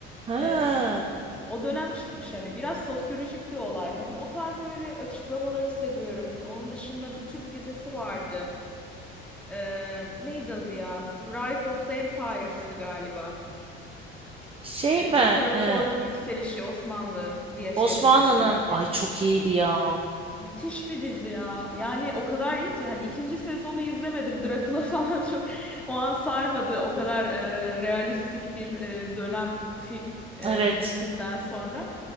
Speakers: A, on the right; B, in the centre.
A: Ha.
B: E, o dönem çıkmış hani biraz sosyolojik bir olay. Hani o tarz böyle açıklamaları seviyorum. Onun dışında bir Türk dizisi vardı. E, neydi adı ya? Rise of the Empires'tı galiba.
A: Şey
B: E,
A: mi?
B: İmparatorluğun
A: e,
B: Yükselişi Osmanlı diye çevrilmişti
A: Osmanlı'nın
B: belki.
A: ay çok iyiydi ya.
B: Müthiş bir dizi ya. Yani o kadar iyi ki hani ikinci sezonu izlemedim. Drakula falan çok <laughs> o an sarmadı. O kadar e, realistik bir e, dönem fil, e,
A: Evet.
B: dizisinden sonra.